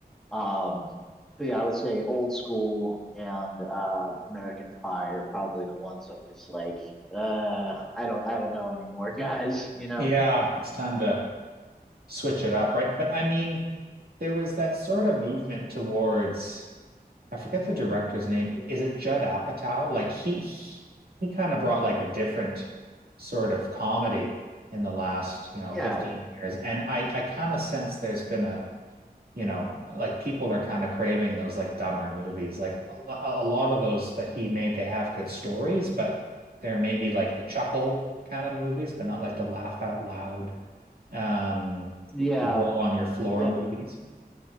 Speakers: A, in the centre; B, on the right (about 70°).
A: Um, but yeah, I would say Old School and uh, American Pie are probably the ones that I'm just like, uh, I don't, I don't know anymore, <laughs> guys. You know?
B: yeah. It's time to switch it up, right? But I mean, there was that sort of movement towards. I forget the director's name. Is it Judd Apatow? Like he he, he kind of brought like a different sort of comedy in the last, you know,
A: Yeah,
B: 15 years. And I I kind of sense there's been a, you know, like people are kind of craving those like dumber movies. Like a, lo- a lot of those that he made, they have good stories, but they're maybe like the chuckle kind of movies, but not like the laugh out loud, um,
A: yeah,
B: roll on your floor
A: yeah,
B: movies.